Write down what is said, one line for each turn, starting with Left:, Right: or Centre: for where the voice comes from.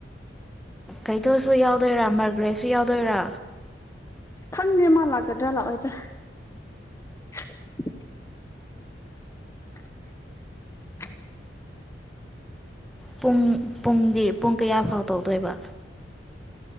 Centre: ꯀꯩꯊꯧꯁꯨ ꯌꯥꯎꯗꯣꯏꯔꯥ ꯃꯥꯔꯒ꯭ꯔꯦꯁꯨ ꯌꯥꯎꯗꯣꯏꯔꯥ
Left: ꯈꯪꯗꯦ ꯃꯥ ꯂꯥꯛꯀꯗ꯭ꯔꯥ ꯂꯥꯛꯑꯣꯏꯗ꯭ꯔꯥ <inaudible> <inaudible>
Centre: ꯄꯨꯡ ꯄꯨꯡꯗꯤ ꯄꯨꯡ ꯀꯌꯥꯐꯥꯎ ꯇꯧꯗꯣꯏꯕ